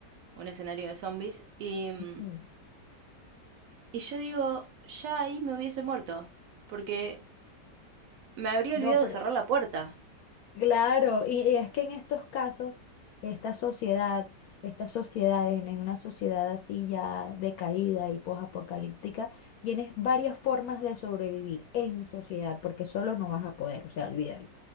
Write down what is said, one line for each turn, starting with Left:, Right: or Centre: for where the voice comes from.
Right: un escenario de zombies, y, mm,
Left: Mm.
Right: y yo digo, ya ahí me hubiese muerto, porque me habría
Left: No,
Right: olvidado
Left: pero
Right: de cerrar la puerta.
Left: claro, y, y es que en estos casos, esta sociedad, estas sociedades, en en una sociedad así ya decaída y posapocalíptica, tienes varias formas de sobrevivir en sociedad, porque solo no vas a poder, o sea, olvídalo,